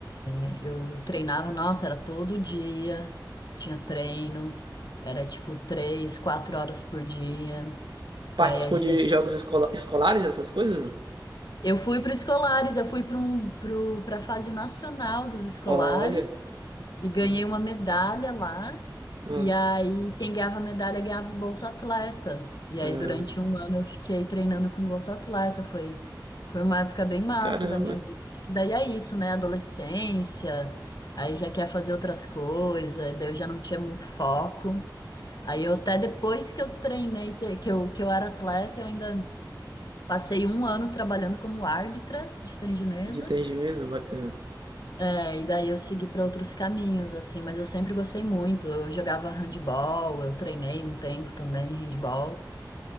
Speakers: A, on the left; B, on the right.
A: É, eu treinava, nossa, era todo dia, tinha treino, era tipo três, quatro horas por dia.
B: Participou
A: E aí a gente.
B: de jogos escola- escolares, essas coisas?
A: Eu fui para escolares, eu fui para um, para a fase nacional dos escolares.
B: Olha,
A: E ganhei
B: ah,
A: uma medalha lá.
B: olha,
A: E aí, quem ganhava a medalha ganhava o Bolsa Atleta. E aí,
B: ah,
A: durante um ano, eu fiquei treinando com o Bolsa Atleta. Foi, foi uma época bem massa
B: caramba,
A: da minha vida. Só que daí é isso, né? Adolescência, aí já quer fazer outras coisas, daí eu já não tinha muito foco. Aí, eu até depois que eu treinei, te- que eu, que eu era atleta, eu ainda passei um ano trabalhando como árbitra de tênis de mesa.
B: de tem bacana,
A: É, e daí eu segui para outros caminhos, assim, mas eu sempre gostei muito. Eu jogava handball, eu treinei um tempo também handball.